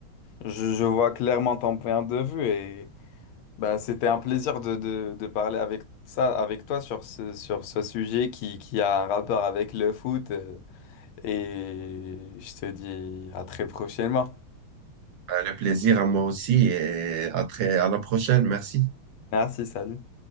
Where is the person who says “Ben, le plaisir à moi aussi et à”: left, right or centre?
Right